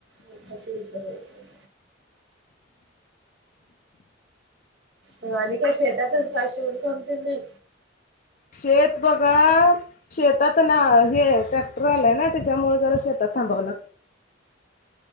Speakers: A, on the right; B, on the left.
A: हं असं विचारयचं. मग आणि काय शेतातच काय शिवण काम तेन नई.
B: शेत बघा. शेतात ना हे ट्रॅक्टर आलाय ना त्याच्यामुळं जरा शेतात थांबावं लाग